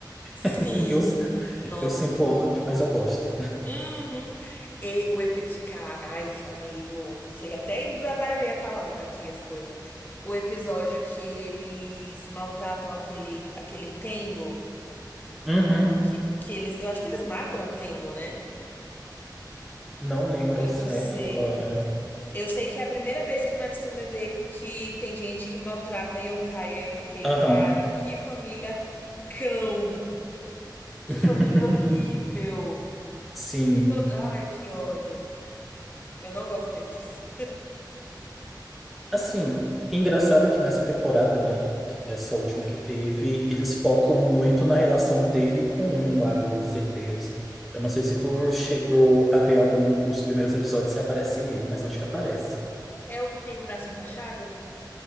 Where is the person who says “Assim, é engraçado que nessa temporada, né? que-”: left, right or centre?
Centre